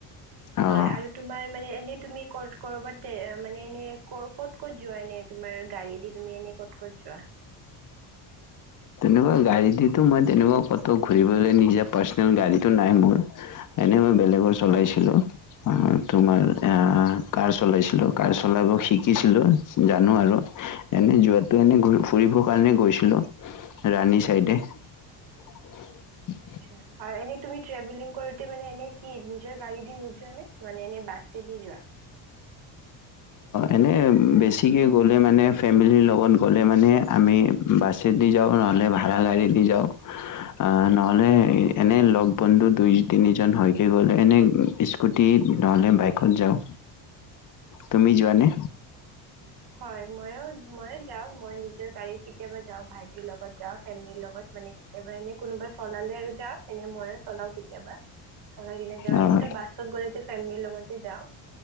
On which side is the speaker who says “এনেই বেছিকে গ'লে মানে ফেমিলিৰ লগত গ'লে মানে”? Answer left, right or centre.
Left